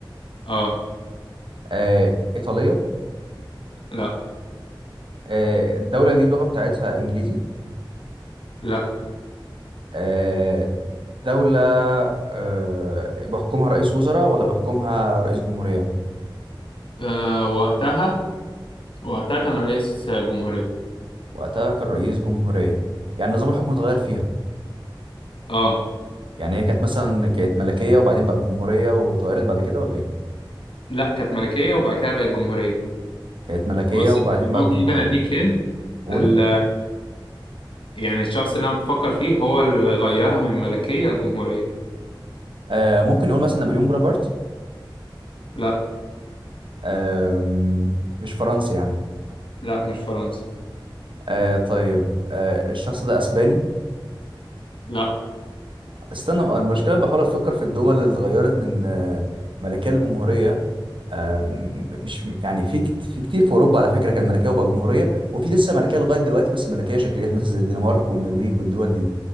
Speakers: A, on the left (about 80°); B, on the right (about 70°).
A: اه
B: آه، إيطالية
A: لا
B: آه، الدولة دي اللغة بتاعتها إنجليزي
A: لا
B: آه، دولة آه، بيحكمها رئيس وزراء ولا بيحكمها رئيس جمهورية
A: آه وقتها وقتها كان رئيس جمهورية
B: وقتها كان رئيس جمهورية يعني نظام الحكم اتغير فيها
A: اه
B: يعني هي كانت مثلا كانت ملكية وبعدين بقت جمهورية واتغيرت بعد كده ولا إيه
A: لا كانت ملكية وبعد كده بقت جمهورية
B: كانت ملكية
A: بص
B: وبعدين بقت
A: ممكن
B: جمهورية
A: اديك هند
B: قول
A: ال... يعني الشخص اللي انا بفكر فيه هو اللي غيرها من ملكية لجمهورية
B: آه ممكن نقول مثلا نابليون بونابرت
A: لا
B: آه مش فرنسي يعني
A: لا مش فرنسا
B: آه طيب آه الشخص ده اسباني
A: لا
B: استنى المشكله بحاول افكر في الدول اللي اتغيرت من آه ملكيه لجمهوريه آه مش يعني في كت- في كتير في اوروبا على فكره كان ملكيه وبقى جمهوريه وفي لسه ملكيه لغايه دلوقتي بس ملكيه شكليات مثلا زي الدنمارك والنرويج والدول دي